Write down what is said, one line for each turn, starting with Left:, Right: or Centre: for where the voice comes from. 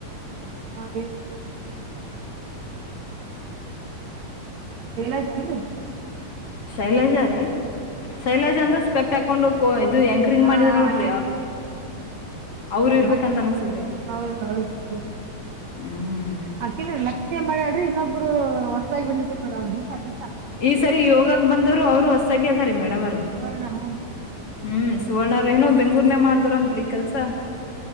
Right: ಅದೇ ಹ್ಮ ಹೇಳಲ್ದೇನ್ರಿ.
Left: ಶೈಲಜ ರೀ ಶೈಲಜ್ ಅಂದ್ರೆ ಸ್ಪೆಕ್ಟ್ ಹಾಕೊಂಡು ಕೋ ಇದು ಎಂಕರಿಂಗ್
Right: ಹಾ
Left: ಮಾಡಿದ್ರ ನೋಡ್ರಿ
Right: ಹಾ
Left: ಅವ್ರು
Right: ಹಾ
Left: ಇರ್ಬೇಕಂತ
Right: ಹಾ ಹ
Left: ಅನಸದ್ರಿ
Right: ಹೌದ ಹೌದ.
Left: ಹ್ಮ್
Right: ಆಕೀನೆ ಲಕ್ಷ್ಮಿ ಏನ್ ಮಾಡ್ಯಾಲ್ರಿ ಇನ್ನೊಬ್ರು ಹೊಸದಾಗಿ ಬಂದಿದರು <unintelligible>
Left: ಈ ಸರಿ ಯೋಗಾಕ ಬಂದವ್ರು ಅವರು ಹೊಸದಾಗಿ ಅದಾರಿ ಮೇಡಮ್ ಅವರು.
Right: ಸುವರ್ಣ ಹೂನ್ರಿ
Left: ಹ್ಮ್ ಸುವರ್ಣ ಅವ್ರ ಏನೋ ಬೆಂಗಳೂರ್ನಾಗ್ ಮಾಡ್ದವ್ರ ಅಂತ್ರಿ ಕೆಲ್ಸ.